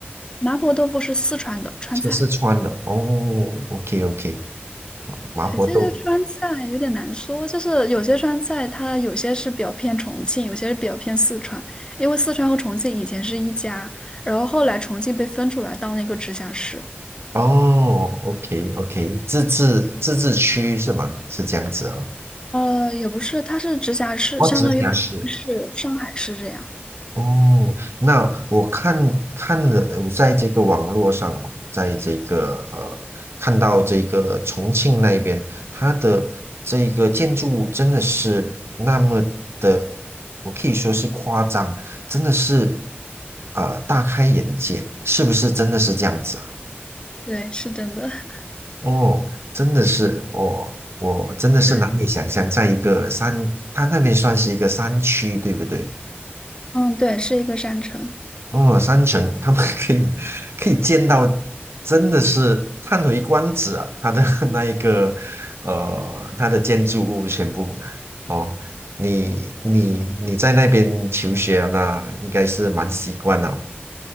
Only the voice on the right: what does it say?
是四川的哦，OK OK，麻婆豆腐。
哦，OK OK，自治自治区是吗？是这样子啊、
哦，
直辖市。
哦，那我看看了，我在这个网络上哦在这个呃，看到这个重庆那边，它的这个建筑物真的是那么的，我可以说是夸张，真的是呃大开眼界，是不是真的是这样子啊？
哦，真的是我，我真的是难以想象，
在一个山，它那边算是一个山区，对不对？
哦，山城，他们 <laughs> 可以可以见到，真的是叹为观止啊！它的 <laughs> 那一个，呃，它的建筑物全部，哦，你你你在那边求学啊那应该是蛮习惯了。